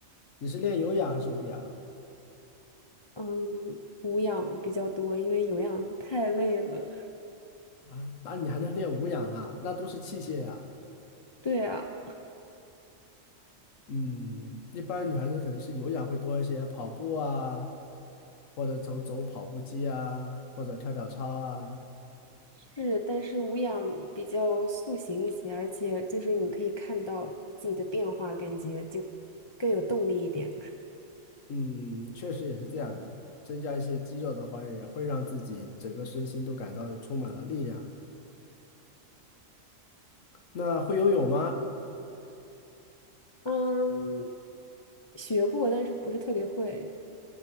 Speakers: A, on the left; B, on the left.
A: 你是练有氧还是无氧
B: 嗯，无氧比较多，因为有氧太累了。
A: 啊？那你还能练无氧啊？那都是器械呀、
B: 对啊，
A: 嗯，一般女孩子可能是有氧会多一些，跑步啊，或者走走跑步机啊，或者跳跳操啊。
B: 是，但是无氧比较塑形一些，而且就是你可以看到自己的变化，感觉就更有动力一点。
A: 嗯，确实也是这样的。增加一些肌肉的话，也会让自己整个身心都感到充满了力量。那会游泳吗？
B: 嗯，学过，但是不是特别会。